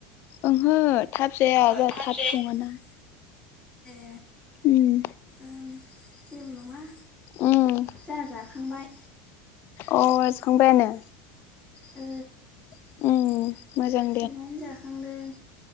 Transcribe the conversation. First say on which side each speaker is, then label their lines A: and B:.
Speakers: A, on the left (about 50°); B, on the left (about 20°).
A: ओंहो थाब जाया
B: हो
A: जोंहा
B: थाब जाया
A: सङाना
B: ए
A: उम
B: ओं जेबो नङा
A: उम
B: जा जाखांबाय
A: अ जाखांबायानो
B: ओ
A: उम मोजां
B: दुबायनो जाखांदों।